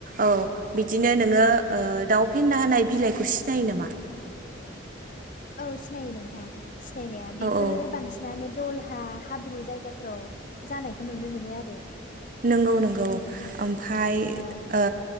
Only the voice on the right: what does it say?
औ। बिदिनो नोंङो
ओ दाउ। फेन्दा होननाय बिलाइखौ सिनायो नामा?
औ औ
नोंगौ नोंगौ आमफाय
ओ।